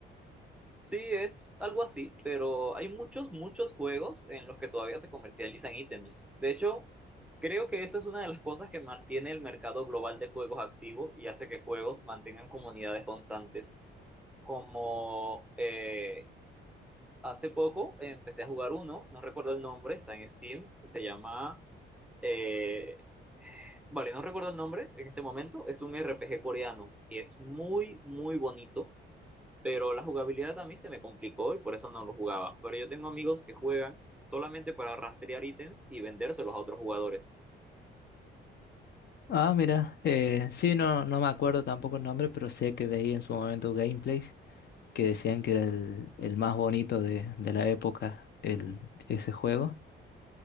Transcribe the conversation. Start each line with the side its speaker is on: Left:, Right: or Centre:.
Centre: Sí, es algo así, pero hay muchos, muchos juegos en los que todavía se comercializan ítems. De hecho, creo que eso es una de las cosas que mantiene el mercado global de juegos activo y hace que juegos mantengan comunidades constantes como eh, Hace poco empecé a jugar uno, no recuerdo el nombre, está en Steam, se llama... eh, vale, no recuerdo el nombre en este momento, es un RPG coreano y es muy, muy bonito, pero la jugabilidad a mí se me complicó y por eso no lo jugaba. Pero yo tengo amigos que juegan solamente para rastrear ítems y vendérselos a otros jugadores.
Left: Ah, mira, eh, sí, no, no me acuerdo tampoco el nombre, pero sé que veía en su momento gameplays que decían que era el, el más bonito de, de la época, el, ese juego.